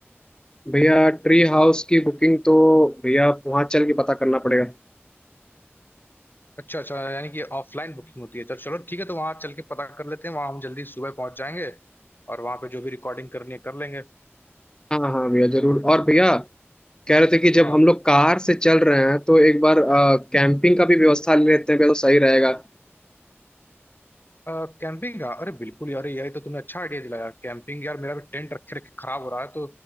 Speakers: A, on the left; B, on the left.
A: भैया ट्री हाउस की बुकिंग तो भैया वहाँ चल के पता करना पड़ेगा
B: अच्छा अच्छा यानी कि ऑफलाइन बुकिंग होती है तो चलो ठीक है तो वहाँ चल के पता कर लेते हैं वहाँ हम जल्दी सुबह पहुंच जाएंगे और वहाँ पे जो भी रिकॉर्डिंग करनी है कर लेंगे
A: हाँ हाँ भैया जरूर और भैया कह रहे थे कि जब
B: हाँ
A: हम लोग कार से चल रहे हैं तो एक बार कैंपिंग का भी व्यवस्था ले लेते हैं भैया तो सही रहेगा
B: कैंपिंग का अरे बिल्कुल यार ये तो तुमने अच्छा आइडिया दिलाया कैंपिंग यार मेरा भी टेंट रखे रखे खराब हो रहा है तो